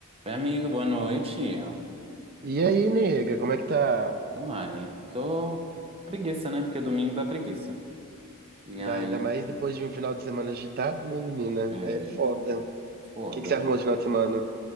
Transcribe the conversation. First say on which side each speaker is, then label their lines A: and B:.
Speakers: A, on the right; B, on the right.
A: Oi, amigo, boa noite.
B: E aí, nega, como é que tá?
A: Uai, tô com preguiça, né? Porque domingo dá preguiça. E aí,
B: Ainda mais depois de um final de semana agitado, né, menina?
A: é,
B: É foda. O
A: foda.
B: que que você arrumou de final de semana?